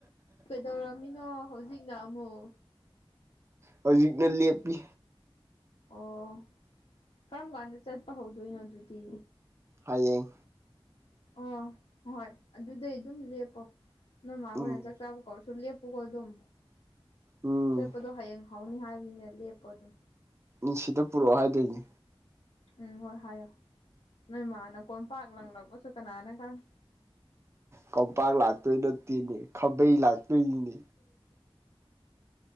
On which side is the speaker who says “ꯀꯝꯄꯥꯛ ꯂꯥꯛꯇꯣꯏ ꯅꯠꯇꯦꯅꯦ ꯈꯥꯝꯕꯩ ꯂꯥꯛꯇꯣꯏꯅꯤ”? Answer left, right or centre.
Right